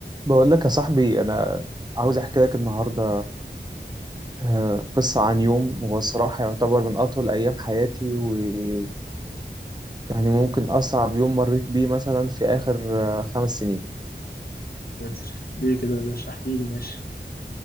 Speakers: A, on the right; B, on the left.
A: بقول لك يا صاحبي انا عاوز احكي لك النهارده آه، قصه عن يوم هو الصراحه يعتبر من اطول ايام حياتي ويعني ممكن اصعب يوم مريت بيه مثلا في اخر آه، خمس سنين
B: ساتر ليه كده يا باشا احكي لي ماشي